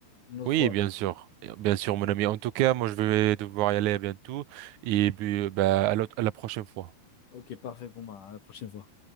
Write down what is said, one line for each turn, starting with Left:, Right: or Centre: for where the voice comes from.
Left: une autre
Right: Oui,
Left: fois.
Right: bien sûr. Bien sûr, mon ami. En tout cas, moi, je vais devoir y aller bientôt. Et puis, bah, à l'autre- à la prochaine fois.
Left: Ok, parfait pour moi. À la prochaine fois.